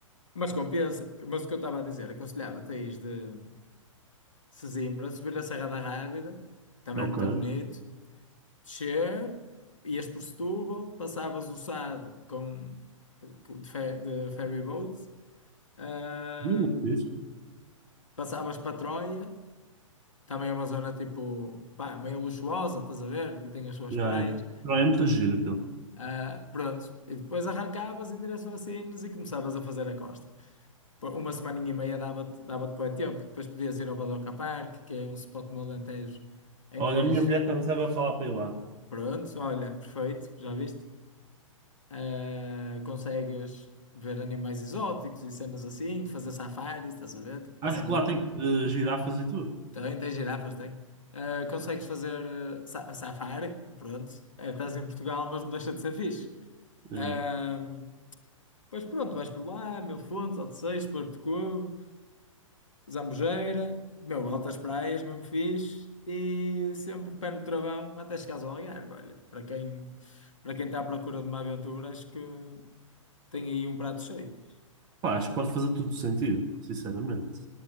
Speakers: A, on the left; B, on the right.
A: Mas compensa. Mas o que eu estava a dizer, aconselhava-te a ir de Sesimbra, subir a Serra da Rábida, também
B: Ok.
A: é muito bonito descer, ias por Setúbal, passavas o Sado com, com- de, fe- de ferry boat, ah,
B: Muito fixe.
A: passavas para Troia, também é uma zona tipo, pá, meio luxuosa, estás a ver? E tem as suas
B: Yeah,
A: praias.
B: yeah. Não, é muito giro aquilo.
A: Ah, pronto, e depois arrancavas em direção a Sines e começavas a fazer a costa. Por Uma semaninha e meia dava-te dava-te bué tempo. Depois podias ir ao Badoca Park, que é um spot no Alentejo em
B: Olha,
A: que tens.
B: a minha mulher também estava a falar para ir lá.
A: Pronto, olha, perfeito, já viste? Uh, consegues ver animais exóticos e cenas assim, fazer safaris, estás a ver? Uma
B: Acho
A: cena...
B: que lá tem eh, girafas e tudo.
A: Tem, tem girafas, tem. Uh, consegues fazer uh, sa- safari, pronto. Uh, estás em Portugal, mas não deixa de ser fixe.
B: Yeah.
A: Ahm, pois pronto, vais por lá, Mil Fontes, Odeceias, Porto de Covo, Zambujeira, meu, altas praias, mesmo fixe, e sempre pé no travão até chegares ao Algarve, olha, para quem, para quem está à procura de uma aventura, acho que tem aí um prato cheio.
B: Pá, acho que pode fazer tudo sentido, sinceramente.